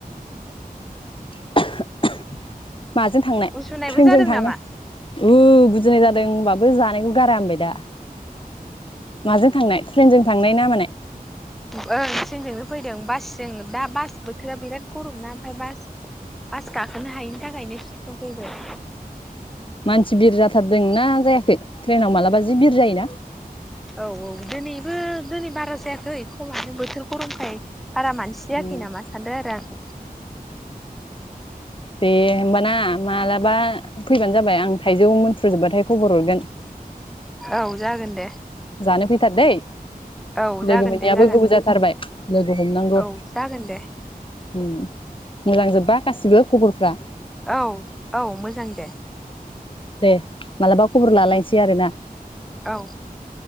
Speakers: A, on the left (about 35°); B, in the centre.
A: <unintelligible> माजों थांनाय
B: गुजुनायबो
A: ट्रेनजों
B: जादों
A: थांनाय?
B: नामा
A: <unintelligible> गुजुनाय जादों होनबाबो जानायखौ गारा होनबाय दा। माजों थांनाय ट्रेनजों थांनाय ना मानाय
B: ओं ट्रनजोंनो फैदों बासजों दा बास बोथोरा बिराद गरमना ओमफ्राय बास बास गाखोनो हायिनि थाखायनो ट्रेननजों फैबाय।
A: मानसि बिर जाथारदों ना जायाखै ट्रेनाव मालाबा जि बिर जायोना
B: औ औ दिनैबो दिनै बारा जायाखै खमानो बोथोर गरमखाय बारा मानसि जायाखै
A: उम
B: नामा सानदों आरो आङो
A: दे होमबाना मालाबा फैबानो जाबाय आं थाइजौ मोनथ्रुजोबबाथाय खबर हरगोन
B: औ जागोन दे
A: जानो फैथार दै
B: औ
A: लोगो
B: जागोन
A: मोनैयाबो
B: दे जागोन
A: गोबाव जाथारबाय लोगो हमनांगौ
B: औ जागोन दे
A: उम मोजां जोब्बा गासिबो खबरफ्रा
B: औ औ मोजां दे
A: दे मालाबा खबर लालायसै आरोना
B: औ